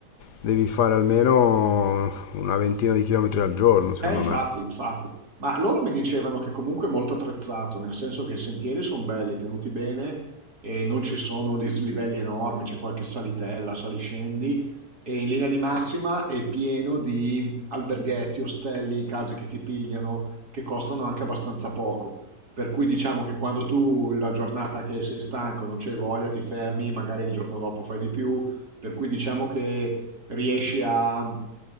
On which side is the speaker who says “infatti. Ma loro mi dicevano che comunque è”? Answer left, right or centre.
Right